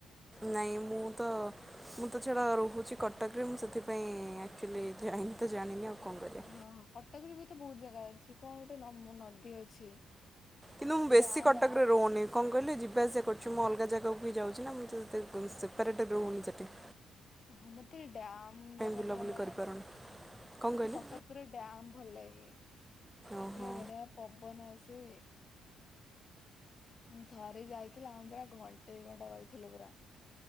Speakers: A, in the centre; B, on the left (about 45°).
A: ନାଇଁ ମୁଁ ତ ମୁଁ ତ ଛାଡ ରହୁଛି କଟକରେ, ମୁଁ ସେଥିପାଇଁ ଆକଚ୍ବାଲି ଯାଇନି ତ ଜାଣିନି ଆଉ। କଣ କରିବା।
B: ହଁ ହଁ, କଟକରେ ବି ତ ବହୁତ ଜାଗା ଅଛି କଣ ଗୋଟେ ନମ ନଦୀ ଅଛି?
A: କିନ୍ତୁ ମୁଁ ବେସି
B: ଡ୍ୟାମ
A: କଟକ ରହୁନି କଣ କହିଲେ ଯିବା ଆସିବା କରୁଛି, ମୁଁ ଅଲଗା ଯାଗା ବି ଯାଉଛି ନା ମୁଁ ତ ସେ ସେପାରେଟ୍ ରହୁନି ସେଇଠି।
B: ହଁ, ମତେ ଏ ଡ଼୍ୟାମ୍ ଜାଗା
A: ବୁଲାବୁଲି
B: ଟା ଭଲ
A: କରିପାରୁନି।
B: ଲାଗେ।
A: କଣ
B: ମତେ
A: କହିଲେ
B: କଟକରେ ଡାମ ଭଲ ଲାଗେ
A: ଓହୋ
B: ପୁରା ବଢିଆ ପବନ ଆସେ। ହୁଁ ଥରେ ଯାଇଥିଲା ଆମେ ପୁରା ଘଣ୍ଟେ ଘଣ୍ଟା ରହିଥିଲୁ ପୁରା।